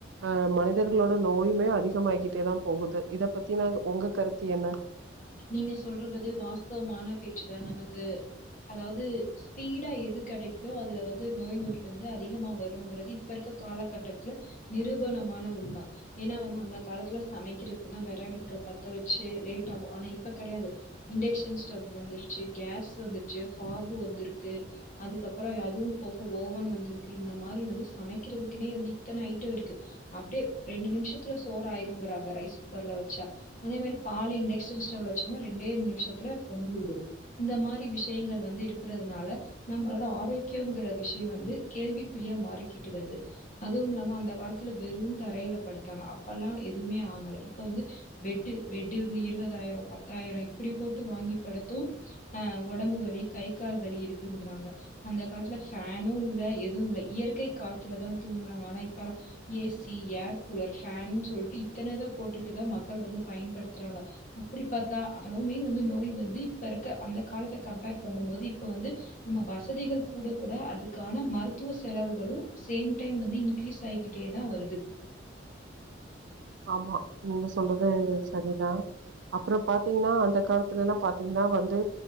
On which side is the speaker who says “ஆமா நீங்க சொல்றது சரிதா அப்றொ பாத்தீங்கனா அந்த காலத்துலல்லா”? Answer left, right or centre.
Right